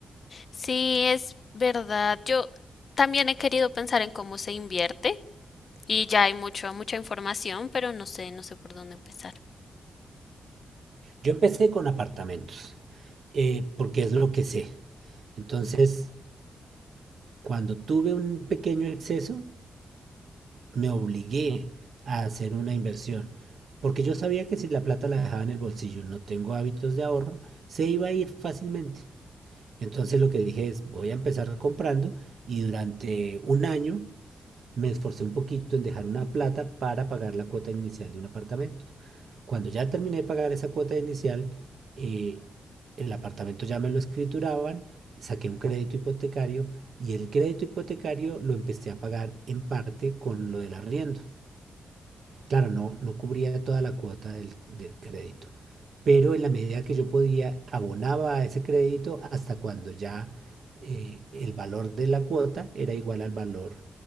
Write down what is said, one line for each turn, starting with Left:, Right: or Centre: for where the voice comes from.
Left: Sí, es verdad. Yo también he querido pensar en cómo se invierte y ya hay mucho, mucha información, pero no sé, no sé por dónde empezar.
Right: Yo empecé con apartamentos, eh, porque es lo que sé. Entonces, cuando tuve un pequeño exceso, me obligué a hacer una inversión. Porque yo sabía que si la plata la dejaba en el bolsillo, no tengo hábitos de ahorro, se iba a ir fácilmente. Entonces lo que dije es, voy a empezar comprando y durante un año me esforcé un poquito en dejar una plata para pagar la cuota inicial de un apartamento. Cuando ya terminé de pagar esa cuota inicial, eh, el apartamento ya me lo escrituraban, saqué un crédito hipotecario y el crédito hipotecario lo empecé a pagar en parte con lo del arriendo. Claro, no, no cubría toda la cuota del, del crédito, pero en la medida que yo podía, abonaba a ese crédito hasta cuando ya eh, el valor de la cuota era igual al valor